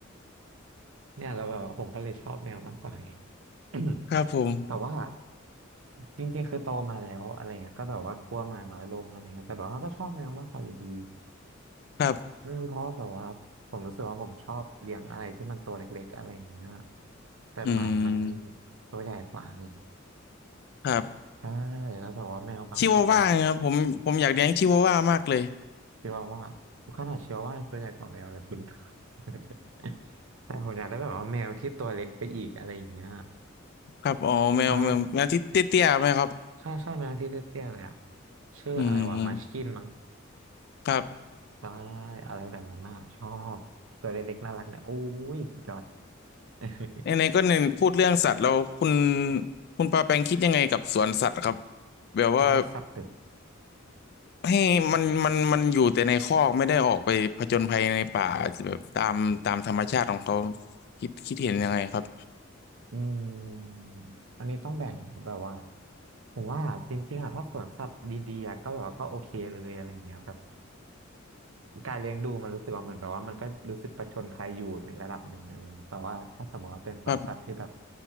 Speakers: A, on the right; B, on the left.
A: เนี่ยแล้วแบบว่าผมก็เลยชอบแมวมากกว่าไง <coughs>
B: <laughs> ครับผม
A: <clears throat> แต่ว่าจริงๆคือโตมาแล้วอะไรเงี้ยก็แบบว่ากลัวหมาน้อยลงอะไรเงี้ยแต่แบบว่าก็ชอบแมวมากกว่าอยู่ดี
B: ครับ
A: อืมเพราะว่าแบบว่าผมรู้สึกว่าผมชอบเลี้ยงอะไรที่มันตัวเล็กๆอะไรอย่างเงี้ยแต่หมามัน
B: อืม
A: ตัวใหญ่กว่าไง
B: ครับ
A: ใช่แล้วแบบว่าแมวบางทีแบบ
B: ชิวาว่าครับผมผมอยากเลี้ยงชิวาว่ามากเลย
A: คิดวาว่าขนาดเชืวอว่ายังตัวใหญ่กว่าแมวเลยคุณ <laughs> แต่ <laughs> ผมอยากได้แบบว่าแมวที่ตัวเล็กไปอีกอะไรอย่างเงี้ย
B: <laughs> ครับอ๋อแมวแมวแมวที่เตี้ยๆไหมครับ
A: ใช่ใช่ใช่แมวที่เตี้ยๆเลยอะชื่ออะไรวะมาชกินมั้ง
B: อืมครับ
A: ใช่อะไรแบบนั้นน่ะชอบตัวเล็กๆน่ารักเนี่ยโอ้ยสุดยอด <laughs>
B: ไหนๆก็หนึ่งพูดเรื่องสัตว์แล้วคุณคุณปาแปงคิดยังไงกับสวนสัตว์ครับแบบว่า
A: ตัวสัตว์ตึก
B: ให้มันมันมันอยู่แต่ในคอกไม่ได้ออกไปผจญภัยในป่าแบบตามตามธรรมชาติของเขาคิดคิดเห็นยังไงครับ
A: อืมอันนี้ต้องแบ่งแบบว่าผมว่าจริงๆอะถ้าสวนสัตว์ดีๆอะก็แบบว่าก็โอเคเลยอะไรอย่างเงี้ยแบบ การเลี้ยงดูมันรู้สึกว่าเหมือนแบบว่ามันก็รู้สึกประชนภัยอยู่ในระดับหนึ่งอะไรอย่างเงี้ยแต่ว่าถ้าสมมติว่าเป็นสวนสัตว์ที่แบบ
B: ครับ